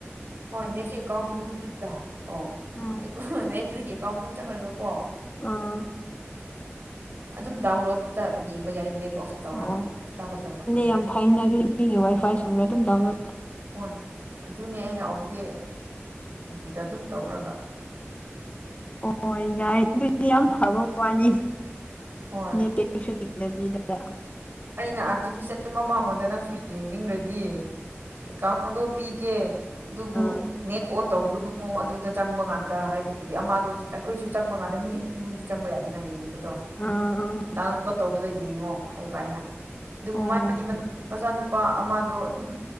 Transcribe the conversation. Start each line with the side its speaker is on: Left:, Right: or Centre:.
Right: ꯍꯣꯏ ꯅꯦꯐꯤ ꯑꯦꯀꯥꯎꯟꯁꯨ ꯂꯨꯗꯇ <unintelligible> ꯑꯣ
Left: ꯎꯝ
Right: ꯑꯦꯀꯨ ꯑꯦ꯭ꯂꯤꯀꯥꯎ ꯃꯥꯅꯨꯡ ꯆꯡꯔꯒ ꯀꯣ
Left: ꯑꯥ
Right: ꯑꯗꯨꯝ ꯗꯥꯎꯟꯂꯣꯗꯠꯇ ꯌꯦꯡꯕ ꯌꯥꯏ ꯅꯦꯠ ꯑꯣꯐ ꯇꯧꯔꯒ
Left: ꯑꯣ
Right: ꯗꯥꯎꯟꯂꯣꯗ ꯇꯧꯈ꯭ꯔꯕꯗꯣ
Left: ꯌꯥꯝ ꯐꯩꯅ ꯑꯗꯨꯗꯤ ꯃꯤꯒꯤ ꯋꯥꯏ ꯐꯥꯏ ꯁꯨꯝꯝꯔ ꯑꯗꯨꯝ ꯗꯥꯎꯟꯂꯣ
Right: ꯍꯣꯏ ꯑꯗꯨꯅꯦ ꯑꯩꯅ ꯑꯣꯛꯇꯤ ꯒꯤꯗ ꯑꯗꯨꯝ ꯇꯧꯔꯒ
Left: ꯍꯣꯏ ꯌꯥꯏ ꯑꯗꯨꯗꯤ ꯌꯥꯝ ꯐꯕ ꯋꯥꯅꯤ
Right: ꯍꯣꯏ
Left: ꯅꯦꯠꯇꯩꯁꯨ ꯇꯤꯡꯗꯕꯤꯗ
Right: ꯑꯩꯅ ꯑꯥꯔꯇꯤꯐꯤꯁꯦꯜ ꯃꯃꯥꯡꯉꯣꯟꯗ ꯅꯪꯁꯨ ꯌꯦꯡꯅꯤꯡꯔ ꯗꯤ ꯑꯦꯀꯥꯎꯟꯗꯣ ꯄꯤꯒꯦ ꯑꯗꯨꯕꯨ
Left: ꯎꯝ
Right: ꯅꯦꯠ ꯑꯣꯟ ꯇꯧꯒꯅꯨ ꯑꯗꯨꯗ ꯆꯪꯕ ꯉꯥꯟꯗ ꯍꯥꯏꯕꯗꯤ ꯑꯃꯗꯣ ꯑꯩꯈꯣꯏꯁꯨ ꯆꯪꯕ ꯀꯥꯟꯗ ꯃꯤ ꯑꯅꯤ ꯑꯍꯨꯝꯗꯤ ꯆꯪꯕ ꯌꯥꯗꯦꯅ ꯌꯦꯡꯕ ꯇꯤ
Left: ꯑꯥ ꯑꯥ
Right: ꯗꯥꯎꯟꯂꯣꯗ ꯇꯧꯕꯗ ꯌꯦꯡꯉꯣ ꯍꯩꯕꯥ ꯑꯩꯅ ꯑꯗꯨꯕꯨ
Left: ꯑꯣ
Right: ꯃꯥꯗꯤ ꯃ ꯃꯆꯥꯅꯨꯄꯥ ꯑꯃꯗꯣ ꯑꯗꯨꯝ